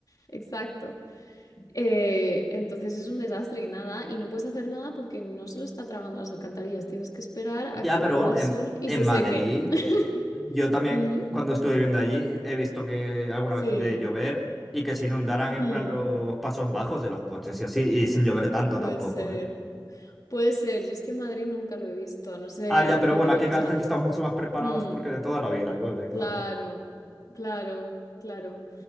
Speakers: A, on the left (about 50°); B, in the centre.
A: Exacto. Eh, entonces es un desastre y nada, y no puedes hacer nada porque no se lo está tragando las alcantarillas. Tienes que esperar
B: Ya,
A: a que
B: pero
A: vuelva el
B: en,
A: sol y
B: en
A: se
B: Madrid,
A: seque. <laughs>
B: yo también
A: Ujú.
B: cuando estuve viviendo allí he visto que alguna
A: Sí,
B: vez de llover y que se inundaran en
A: mm,
B: plan los pasos bajos de los coches y así, y sin llover tanto
A: puede
B: tampoco,
A: ser.
B: ¿eh?
A: Puede ser, yo es que en Madrid nunca lo he visto, a no ser
B: Ah, ya, pero
A: que
B: bueno,
A: yo,
B: aquí en
A: o
B: Galicia
A: sea,
B: es que estamos mucho más preparados
A: mm,
B: porque de toda la vida llueve,
A: claro,
B: claro.
A: claro, claro,